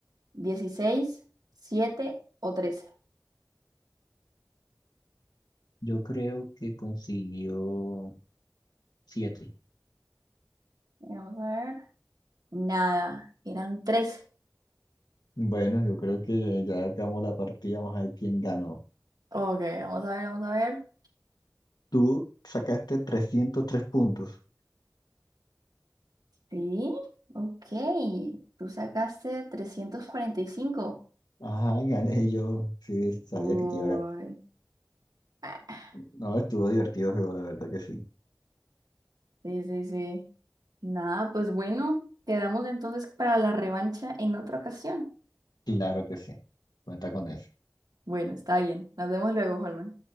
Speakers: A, on the right (about 65°); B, on the left (about 70°).
A: dieciséis 7 o trece
B: Yo creo que consiguió siete.
A: Vamos a ver. Nada, eran trece
B: Bueno, yo creo que ya acabamos la partida, vamos a ver quién ganó.
A: Ok, vamos a ver, vamos a ver.
B: Tú sacaste 303 puntos.
A: Sí, ok. Tú sacaste 345.
B: Ajá, gané yo. Sí, sabía
A: Uy.
B: que te iba a ganar.
A: ah,
B: No, estuvo divertido el juego, la verdad que sí.
A: Sí, sí, sí. Nada, pues bueno, quedamos entonces para la revancha en otra ocasión.
B: Claro que sí. Cuenta con eso.
A: Bueno, está bien. Nos vemos luego, Holman.